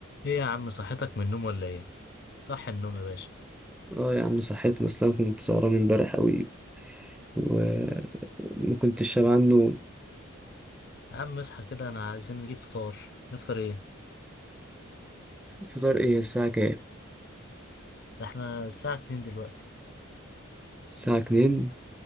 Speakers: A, on the left; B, in the centre.
A: ايه يا عم صحتك من النوم ولا ايه صح النوم يا باشا
B: اه يا عم صحيتني اصلا كنت سهران امبارح قوي وما كنتش شبع عنه
A: يا عم اصحى كده انا عايزين نجيب فطار نفطر ايه
B: فطار ايه الساعة كام
A: ده احنا الساعة اتنين دلوقتي
B: الساعة اتنين